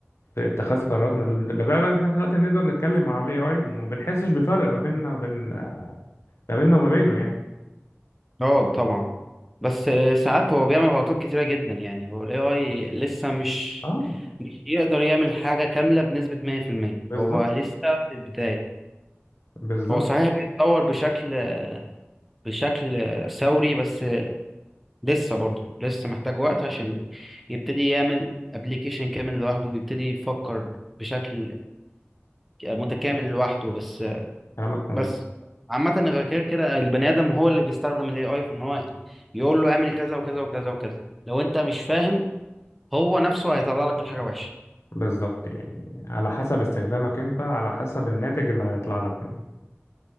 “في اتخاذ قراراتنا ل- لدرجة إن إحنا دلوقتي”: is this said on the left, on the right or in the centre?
Left